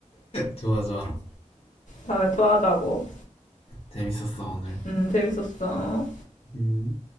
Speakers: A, on the left; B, on the left.
A: 좋아 좋아.
B: 다음에 또 하자고.
A: 재밌었어 오늘.
B: 음, 재밌었어.
A: 음.